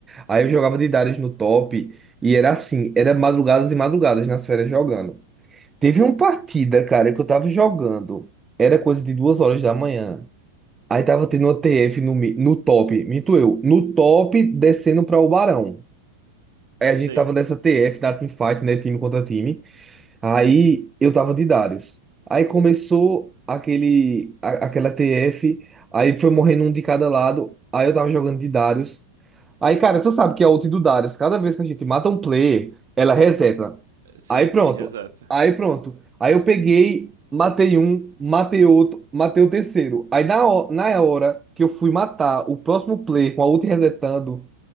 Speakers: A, on the right (about 15°); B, on the right (about 60°).
A: Aí eu jogava de Darius no top e era assim, era madrugadas e madrugadas nas férias jogando. Teve uma partida, cara, que eu tava jogando. Era coisa de duas horas da manhã. Aí tava tendo uma TF no, mi- no top, minto eu, no top descendo pra o Barão. Aí a gente
B: Sei.
A: tava nessa TF da teamfight, né? Time contra time. Aí eu tava de Darius. Aí começou aquele, a- aquela TF. Aí foi morrendo um de cada lado. Aí eu tava jogando de Darius. Aí, cara, tu sabe que é a ult do Darius, cada vez que a gente mata um player, ela reseta.
B: Sim,
A: Aí pronto.
B: sim, exato.
A: Aí pronto. Aí eu peguei, matei um, matei outro, matei o terceiro. Aí na, ho- na hora que eu fui matar o próximo player com a ult resetando,